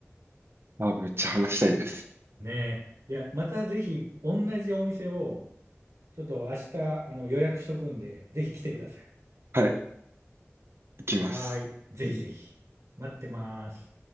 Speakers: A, on the right (about 50°); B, on the right (about 70°).
A: あ、めっちゃ話したいです。
B: ねえ。いや、またぜひ、同じお店を、ちょっと明日、あの、予約しとくんで、ぜひ来てください。
A: はい、行きます。
B: はーい。ぜひぜひ。待ってます。